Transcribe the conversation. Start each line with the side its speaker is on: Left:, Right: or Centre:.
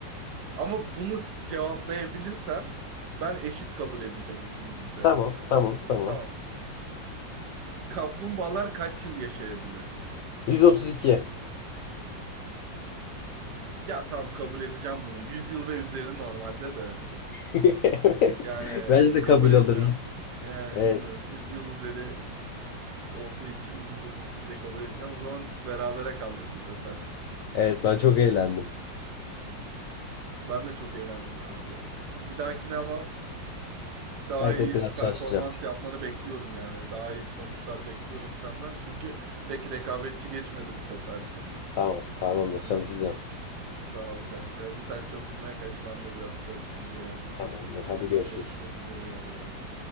Right: Ama bunu s- cevaplayabilirsen ben eşit kabul edeceğim ikimizi de.
Left: Tamam, tamam, tamam.
Right: Tamam. Kaplumbağalar kaç yıl yaşayabilir?
Left: 132.
Right: Ya tamam kabul edeceğim bunu. 100 yıl ve üzeri normalde de.
Left: <laughs> Evet.
Right: Yani
Left: Bence de
Right: kabul
Left: kabul
Right: edeceğim.
Left: olur.
Right: Yani
Left: Evet,
Right: bilmiyorum 100 yıl üzeri olduğu için 132 de kabul edeceğim. O zaman berabere kaldık bu sefer.
Left: evet ben çok eğlendim.
Right: Ben de çok eğlendim kanka. Bir dahakine ama daha
Left: Evet,
Right: iyi
Left: evet biraz
Right: performans
Left: çalışacağım.
Right: yapmanı bekliyorum yani. Daha iyi sonuçlar bekliyorum senden. Çünkü pek rekabetçi geçmedi bu sefer. <laughs>
Left: Tamam, tamamdır çalışacağım.
Right: Sağ ol kanka. Hadi sen çalışmaya kaç. Ben de biraz çalışayım genel kültür
Left: Tamamdır.
Right: konularında.
Left: Hadi görüşürüz.
Right: Görüşmek üzere. Hadi bay bay.